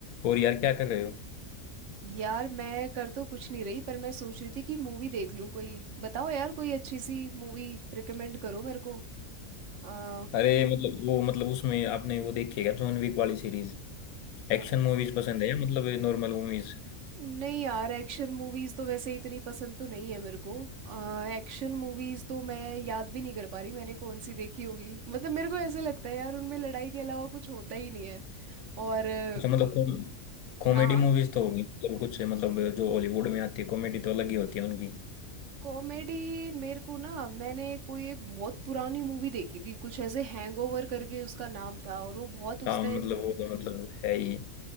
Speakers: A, on the left; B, on the right.
A: और यार क्या कर रहे हो
B: यार मैं कर तो कुछ नहीं रही पर मैं सोच रही थी कि मूवी देख लूं कोई बताओ यार कोई अच्छी सी मूवी रिकमेंड करो मेरे को आ,
A: अरे मतलब वो मतलब उसमें आपने वो देखी है क्या जॉन विक वाली सीरीज
B: आ,
A: एक्शन मूवीज पसंद है या मतलब नॉर्मल मूवीज
B: नहीं यार एक्शन मूवीज तो वैसे इतनी पसंद तो नहीं है मेरे को एक्शन मूवीज तो मैं याद भी नहीं कर पा रही मैंने कौन सी देखी होगी मतलब मेरे को ऐसे लगता है यार उनमें लड़ाई के अलावा कुछ होता ही नहीं है और अ,
A: अच्छा मतलब कॉमेडी
B: हाँ
A: मूवीज तो होगी मतलब कुछ मतलब जो हॉलीवुड में आती है कॉमेडी तो अलग ही होती है उनकी
B: कॉमेडी मेरे को ना मैंने कोई एक बहुत पुरानी मूवी देखी थी कुछ ऐसे हैंगओवर करके उसका नाम था और वो बहुत उस
A: हाँ
B: टाइम
A: मतलब वो तो मतलब है ही